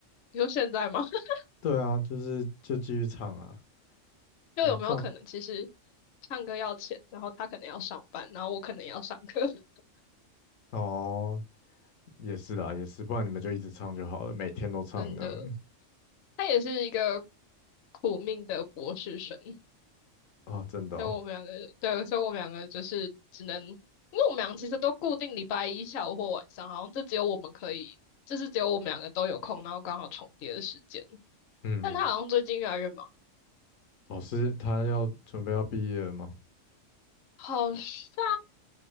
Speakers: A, on the left; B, on the left.
A: 你说现在吗？<laughs>
B: 对啊，就是就继续唱啊，
A: 就有没有可能其实
B: 反正撞
A: 唱歌要钱，然后他可能要上班，然后我可能也要上课，<laughs>
B: 哦，也是啦，也是，不然你们就一直唱就好了，每天都唱这样子
A: 真的。他也是一个苦命的博士生，
B: 啊，真的哦
A: 所以我们两个，对，所以我们两个就是只能，因为我们俩其实都固定礼拜一下午或晚上，好像就只有我们可以，就是只有我们两个都有空，然后刚好重叠的时间。
B: 嗯，
A: 但他好像最近越来越忙，
B: 老师他要准备要毕业了吗？
A: 好像，